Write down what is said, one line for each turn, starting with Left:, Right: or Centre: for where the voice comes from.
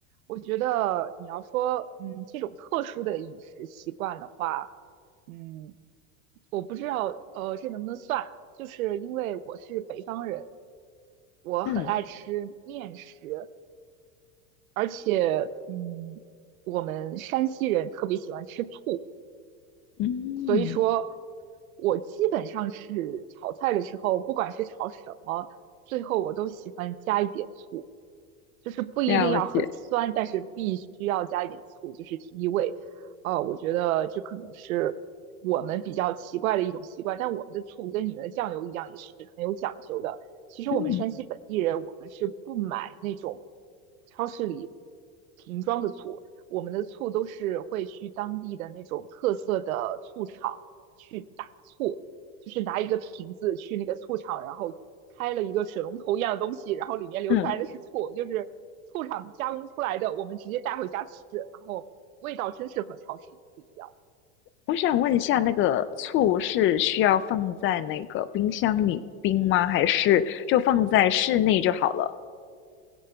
Right: 我觉得你要说，嗯，这种特殊的饮食习惯的话，嗯，我不知道，呃，这能不能算？就是因为我是北方人，我很爱吃面食。
Left: 嗯
Right: 而且，嗯，我们山西人特别喜欢吃醋。
Left: 嗯，
Right: 所以说，我基本上是炒菜的时候，不管是炒什么，最后我都喜欢加一点醋，就是不一定要很酸，
Left: 了解。
Right: 但是必须要加一点醋，就是提提味。呃，我觉得这可能是我们比较奇怪的一种习惯，但我们的醋跟你们的酱油一样，也是很有讲究的。其实我们山西本地人，
Left: 嗯
Right: 我们是不买那种超市里瓶装的醋，我们的醋都是会去当地的那种特色的醋厂去打醋，就是拿一个瓶子去那个醋厂，然后开了一个水龙头一样的东西，然后里面流出来的是醋，
Left: 嗯，
Right: 就是醋厂加工出来的，我们直接带回家吃，然后味道真是和超市不一样。
Left: 我想问一下，那个醋是需要放在那个冰箱里冰吗？还是就放在室内就好了？